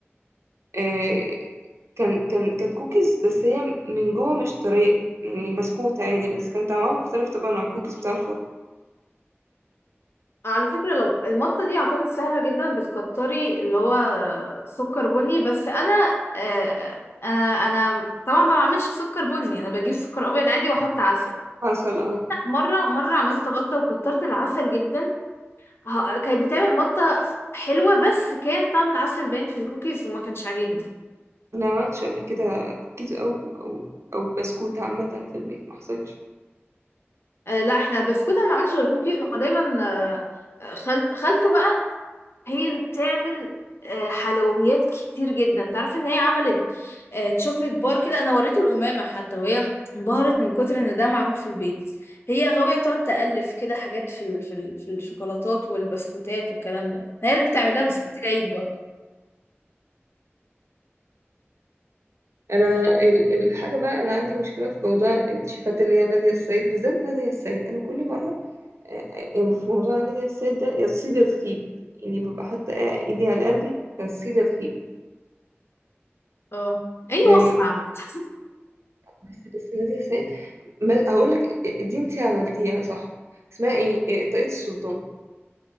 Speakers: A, on the right; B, on the left.
A: آه كان كان كانت كوكيز بس هي من جوه مش طريه يعني بسكوت عادي بس كان طعمها مختلف طبعا عن كوكيز بتاع الفرن
B: على فكرة لو المطة دي اعتقد سهلة جدا بتكتري اللي هو سكر بني بس انا آه، انا انا طبعا ما بعملش سكر بني انا بجيب سكر ابيض عادي واحط عسل
A: عسل اه
B: مرة مرة عملت غلطة وكترت العسل جدا ه- كانت بتعمل مطة حلوة بس كان طعم العسل باين في الكوكيز وما كانش عاجبني
A: انا ما عملتش قبل كده كوكيز او او او بسكوت عامه في البيت ما حصلش
B: آه، لا احنا البسكوت انا ما عملتش غير كوكيز هما دايما آه، آه، خلط خلطه بقى هي اللي بتعمل آه، حلويات كتير جدا تعرف ان هي عملت آه، تشوكلت بار كده انا وريته الامامه حتى وهي انبهرت من كتر ان ده معمول في البيت هي غاويه تقعد تالف كده حاجات في ال... في ال... في الشوكولاتات والبسكوتات والكلام ده هي اللي بتعمل
A: حلو
B: لها بسكوت
A: جدا
B: العيد برضه
A: انا ال- الحاجه بقى انا عندي مشكله في موضوع الشيفات اللي هي ناديه السيد بالذات ناديه السيد انا كل مره آه، آه، يعني في موضوع ناديه السيد ده يا تصيب يا تخيب يعني ببقى حاطه ايدي على قلبي يا تصيب يا تخيب
B: اه اي
A: يعني
B: وصفة عامة <laughs>
A: بس بس ناديه السيد ما هقول لك دي انتي عملتيها صح اسمها ايه آه، طاقية السلطان